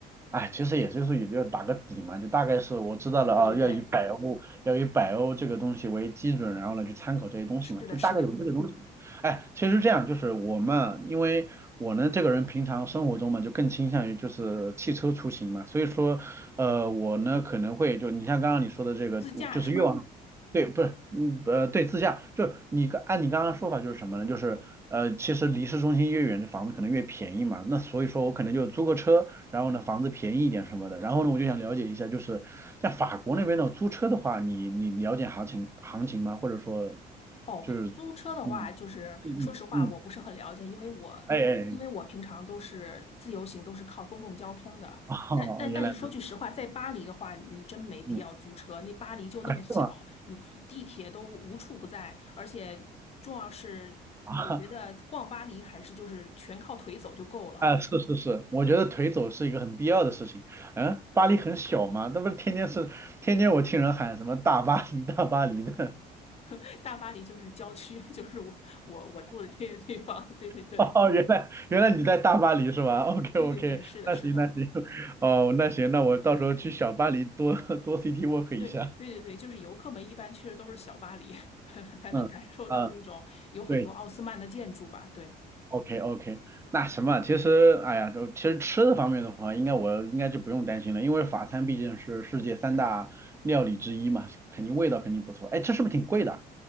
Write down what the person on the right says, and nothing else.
哎，其实也就是也就打个底嘛，就大概是我知道了啊，
要以百欧要以百欧这个东西为基准，然后呢去参考这些东西嘛，
就大概有这个东西。
哎，其实这样就是我们，因为我呢这个人平常生活中嘛，就更倾向于就是汽车出行嘛，所以说呃我呢可能会就你像刚刚你说的这个，
就是越往对，不是，嗯，呃，对，自驾，就是你刚按你刚刚说法就是什么呢？就是呃，其实离市中心越远的房子可能越便宜嘛，那所以说我可能就租个车，然后呢，房子便宜一点什么的。然后呢，我就想了解一下，就是像法国那边的租车的话，你你了解行情行情吗？或者说，
就是
嗯
嗯嗯嗯，
哎哎，
哎哦，
原来如此，
嗯
啊是吗？
啊
啊是是是，我觉得腿走是一个很必要的事情。嗯，巴黎很小嘛，那不是天天是天天我听人喊什么大巴黎大巴黎的。
<laughs> 哦，原来原来你在大巴黎是吧？OK
OK，
那行那行，
哦，那行，那我到时候去小巴黎多多 city walk 一下。
嗯嗯，对
，OK OK，那什么，其实哎呀，就其实吃的方面的话，应该我应该就不用担心了，因为法餐毕竟是世界三大料理之一嘛，肯定味道肯定不错。哎，这是不是挺贵的？